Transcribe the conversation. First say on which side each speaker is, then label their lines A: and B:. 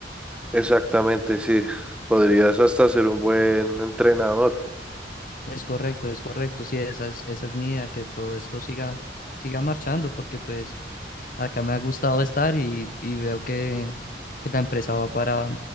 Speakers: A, in the centre; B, on the left (about 50°).
A: Exactamente, sí. Podrías hasta ser un buen entrenador.
B: Es correcto, es correcto. Sí, esa es, esa es mi idea, que todo esto siga, siga marchando, porque pues acá me ha gustado estar y, y veo que, que la empresa va para,